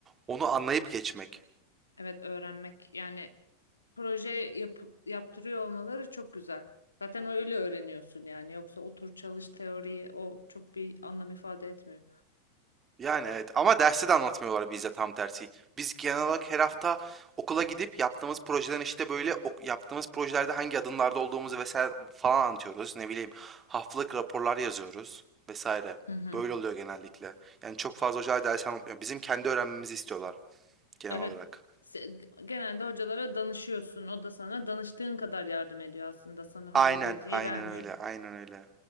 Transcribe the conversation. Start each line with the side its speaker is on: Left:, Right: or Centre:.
Right: onu anlayıp geçmek.
Left: Evet, öğrenmek yani proje yap- yaptırıyor olmaları çok güzel. Zaten öyle öğreniyorsun yani. Yoksa otur çalış teoriyi o çok bir anlam ifade etmiyor.
Right: Yani evet ama derste de anlatmıyorlar bize tam tersi. Biz genel olarak her hafta okula gidip yaptığımız projelerin işte böyle ok- yaptığımız projelerde hangi adımlarda olduğumuzu vesaire falan anlatıyoruz. Ne bileyim haftalık raporlar yazıyoruz vesaire.
Left: Hı hı.
Right: Böyle oluyor genellikle. Yani çok fazla hocalar ders anlatmıyor. Bizim kendi öğrenmemizi istiyorlar genel
Left: Evet.
Right: olarak.
Left: Se- Genelde hocalara danışıyorsun. O da sana danıştığın kadar yardım ediyor aslında. Sana hazır
Right: Aynen,
Left: bilgiyi
Right: aynen
Left: vermiyor.
Right: öyle, aynen öyle.